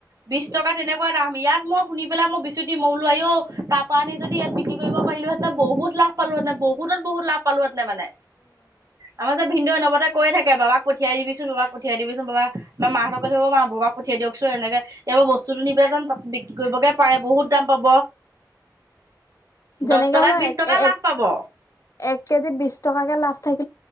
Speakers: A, on the right; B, on the left.
A: বিশ টকা তেনেকুৱা দাম, ইয়াত মই শুনি পেলাই মই বিচুতি, মৌলো আইঔ তাপা আনি যদি ইয়াত বিক্ৰী কৰিব পাইলোহেঁতেন, বহু বহুত লাভ পালোহেঁতেনে, বহুতত বহুত লাভ পালোহেঁতেনে মানে, আমাৰ যে ভিন্দই অনবতে কয় থাক কে বাবাক পঠিয়াই দিবিচোন, বাবাক পঠিয়াই দিবচোন বাবা, বা মাহঁতক কৈথে, অ', মা বাবাক পঠিয়াই দিয়কচোন এনেকে এইবোৰ বস্তু টো নিপে যেন তাত বিক্ৰী কৰিবগে পাৰে, বহুত দাম পাব।
B: যেনেকে
A: দহ টকাত,
B: হ'লেও
A: বিশ
B: এক
A: টকাৰ
B: এক
A: লাভ পাব।
B: এক কেজিত বিশ টকাকে লাভ থাকিব